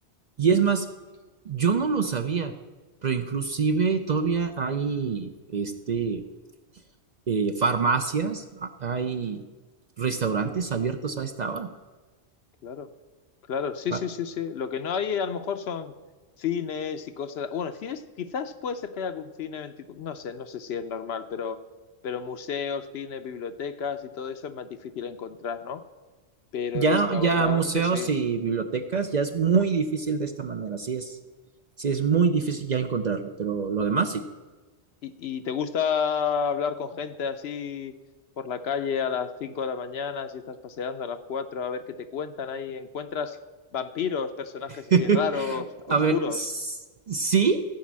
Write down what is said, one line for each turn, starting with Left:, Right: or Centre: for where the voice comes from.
Right: Y es más, yo no lo sabía, pero inclusive todavía hay este, eh, farmacias, a- hay restaurantes abiertos a esta hora.
Left: Claro, claro, sí,
Right: Ah,
Left: sí, sí, sí. Lo que no hay a lo mejor son cines y cosas. Bueno, cines, quizás puede ser que haya algún cine 24 no sé, no sé si es normal, pero, pero museos, cines, bibliotecas y todo eso es más difícil encontrar, ¿no? Pero
Right: Ya,
Left: restaurantes,
Right: ya museos
Left: sí.
Right: y bibliotecas ya es muy difícil de esta manera, sí es, sí es muy difícil ya encontrarlo, pero lo demás sí.
Left: ¿Y, y te gusta hablar con gente así por la calle a las 5 de la mañana, si estás paseando a las 4 a ver qué te cuentan ahí? ¿Encuentras vampiros, personajes así
Right: <laughs>
Left: raros, oscuros?
Right: A ver, s- sí,